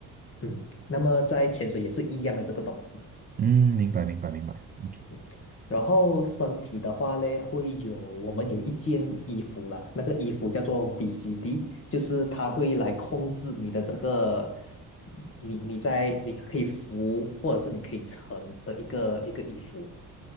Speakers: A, on the left; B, on the right.
A: 嗯，那么在潜水也是一样的这个东西。
B: 嗯，明白明白明白。OK，
A: 嗯，然后身体的话呢，会有我们有一件衣服啦，那个衣服叫做 BCD，就是它会来控制你的这个，你你在你可以浮或者是你可以沉的一个一个衣服。